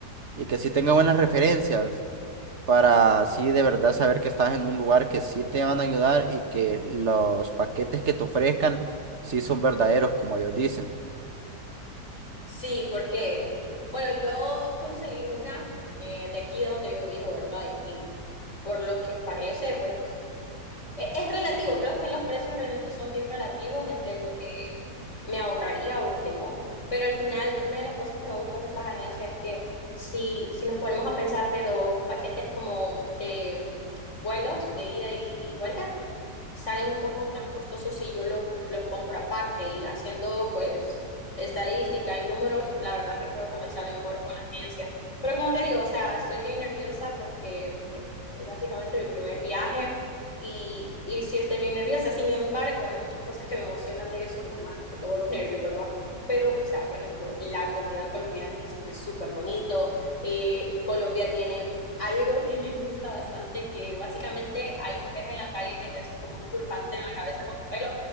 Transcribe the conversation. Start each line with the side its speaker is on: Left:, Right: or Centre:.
Right: y que sí tenga buenas referencias para así de verdad saber que estás en un lugar que sí te van a ayudar y que los paquetes que te ofrezcan sí son verdaderos, como ellos dicen.
Left: Sí, porque, bueno, yo conseguí una eh, de aquí donde yo vivo, ¿verdad? Y por lo que parece, pues e- Es relativo, creo que los precios realmente son bien relativos entre lo que me ahorraría o lo que no, pero al final una de las cosas que me gustan de estas agencias es que si, si nos ponemos a pensar de los paquetes como de vuelos de ida y, y vuelta, salen un poco más costosos si yo los, los compro aparte y haciendo pues estadística y números, la verdad que creo que me sale mejor con la agencia. Pero como te digo, o sea, estoy bien nerviosa porque es básicamente mi primer viaje y, y sí estoy bien nerviosa. Sin embargo, hay muchas cosas que me emocionan de eso, no más que todos los nervios, ¿verdad? Pero, o sea, por ejemplo, la comida colombiana dicen que es súper bonito, eh, Colombia tiene algo que me gusta bastante, que básicamente hay mujeres en la calle que te hacen como un turbante en la cabeza con tu pelo.